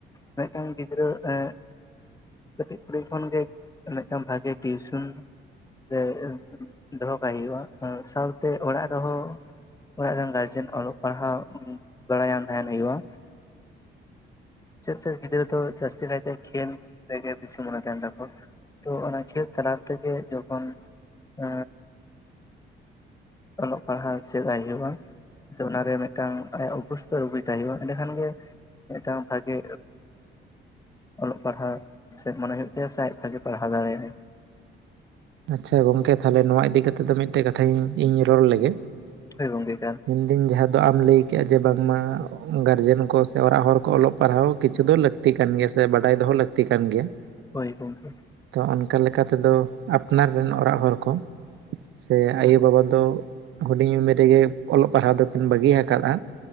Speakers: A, on the left; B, on the right.
A: ᱢᱤᱫ ᱴᱟᱝ ᱜᱤᱫᱽᱨᱟᱹ ᱮᱸ ᱠᱟᱹᱴᱤᱡ ᱠᱩᱲᱤ ᱦᱚᱯᱚᱱ ᱜᱮ ᱢᱤᱫ ᱴᱟᱝ ᱵᱷᱟᱜᱤ ᱴᱤᱭᱩᱥᱚᱱ ᱨᱮ ᱫᱚᱦᱚ ᱠᱟᱭ ᱦᱩᱭᱩᱜ-ᱟ ᱥᱟᱶᱛᱮ ᱚᱲᱟᱜ ᱨᱮᱦᱚᱸ ᱚᱲᱟᱜ ᱨᱮᱱ ᱜᱟᱨᱡᱮᱱ ᱚᱞᱚᱜ ᱯᱟᱲᱦᱟᱣ ᱵᱟᱲᱟᱭ ᱟᱱ ᱛᱟᱦᱮᱸᱱ ᱦᱩᱭᱩᱜ-ᱟ᱾ ᱪᱮᱫᱟᱜ ᱥᱮ ᱜᱤᱫᱽᱨᱟᱹ ᱫᱚ ᱡᱟᱹᱥᱛᱤ ᱠᱟᱭ ᱛᱮ ᱠᱷᱮᱞ ᱨᱮᱜᱮ ᱵᱮᱥᱤ ᱢᱚᱱᱮ ᱛᱟᱦᱮᱱ ᱛᱟᱠᱚᱣᱟ ᱛᱚ ᱚᱱᱟ ᱠᱷᱮᱞ ᱛᱟᱞᱟ ᱛᱮᱜᱮ ᱡᱚᱠᱷᱚᱱ ᱮ ᱚᱞᱚᱜ ᱯᱟᱲᱦᱟᱣ ᱪᱮᱫ ᱟᱭ ᱦᱩᱭᱩᱜ-ᱟ᱾ ᱥᱮ ᱚᱱᱟᱨᱮ ᱢᱤᱫᱴᱟᱝ ᱟᱭᱟᱜ ᱚᱵᱚᱥᱛᱚ ᱟᱜᱩᱭ ᱛᱟᱭ ᱦᱩᱭᱩᱜ-ᱟ ᱮᱸᱰᱮ ᱠᱷᱟᱱ ᱜᱮ ᱢᱤᱫ ᱴᱟᱝ ᱵᱷᱟᱜᱮ ᱚᱞᱚᱜ ᱯᱟᱲᱦᱟᱣ ᱥᱮᱫ ᱢᱚᱱᱮ ᱦᱩᱭᱩᱜ ᱛᱟᱭᱟ ᱥᱮ ᱟᱡ ᱵᱷᱟᱜᱮ ᱯᱟᱲᱦᱟᱣ ᱫᱟᱲᱮ ᱟᱜ-ᱟᱭ
B: ᱟᱪᱪᱷᱟ ᱜᱚᱝᱠᱮ ᱛᱟᱦᱚᱞᱮ ᱱᱚᱣᱟ ᱤᱫᱤ ᱠᱟᱛᱮ ᱫᱚ ᱢᱤᱫ ᱴᱮᱡ ᱠᱟᱛᱷᱟᱧ ᱤᱧ ᱨᱚᱲ ᱞᱮᱜᱮ
A: ᱦᱳᱭ ᱜᱚᱝᱠᱮ ᱮᱠᱟᱞ
B: ᱢᱮᱱ ᱫᱟᱹᱧ ᱡᱟᱦᱟᱸ ᱫᱚ ᱟᱢ ᱞᱟᱹᱭ ᱠᱮᱫ-ᱟ ᱡᱮ ᱵᱟᱝ ᱢᱟ ᱜᱟᱨᱡᱮᱱ ᱠᱚ ᱥᱮ ᱚᱲᱟᱜ ᱦᱚᱲ ᱠᱚ ᱚᱞᱚᱜ ᱯᱟᱲᱦᱟᱣ ᱠᱤᱪᱷᱩ ᱫᱚ ᱞᱟᱹᱠᱛᱤ ᱠᱟᱱ ᱜᱮᱭᱟ ᱥᱮ ᱵᱟᱰᱟᱭ ᱫᱚᱦᱚ ᱞᱟᱹᱠᱛᱤ ᱠᱟᱱ ᱜᱮᱭᱟ᱾
A: ᱦᱳᱭ ᱜᱚᱝᱠᱮ
B: ᱛᱚ ᱚᱱᱠᱟ ᱞᱮᱠᱟ ᱛᱮᱫᱚ ᱟᱯᱱᱟᱨ ᱨᱮᱱ ᱚᱲᱟᱜ ᱦᱚᱲ ᱠᱚ ᱥᱮ
A: ᱦᱩᱸ
B: ᱟᱭᱳᱼᱵᱟᱵᱟ ᱛᱚ ᱦᱩᱰᱤᱧ ᱩᱢᱮᱨ ᱨᱮᱜᱮ ᱚᱞᱚᱜ ᱯᱟᱲᱦᱟᱣ ᱫᱚᱠᱤᱱ ᱵᱟᱹᱜᱤ ᱟᱠᱟᱫ-ᱟ